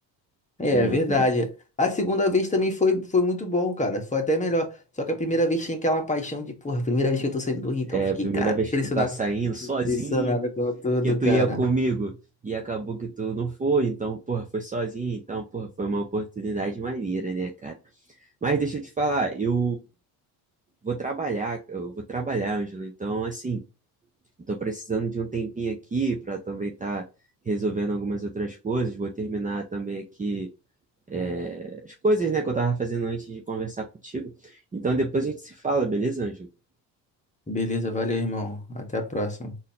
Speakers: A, on the left; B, on the right.
A: É,
B: Não lembro.
A: é verdade. A segunda vez também foi, foi muito bom, cara. Foi até melhor. Só que a primeira vez tinha aquela paixão de, porra, primeira vez que eu tô saindo do Rio, então
B: A
A: eu fiquei,
B: primeira
A: cara,
B: vez
A: impressionado,
B: que tu tá saindo sozinho,
A: impressionado com tudo,
B: que tu
A: cara.
B: ia comigo e acabou que tu não foi, então, porra, foi sozinho, então, porra, foi uma oportunidade maneira, né, cara? Mas deixa eu te falar, eu vou trabalhar, eu vou trabalhar, Ângelo, então, assim, eu tô precisando de um tempinho aqui pra também tá resolvendo algumas outras coisas, vou terminar também aqui. é, as coisas, né, que eu tava fazendo antes de conversar contigo. Então, depois a gente se fala, beleza, Ângelo?
A: Beleza, valeu, irmão. Até a próxima.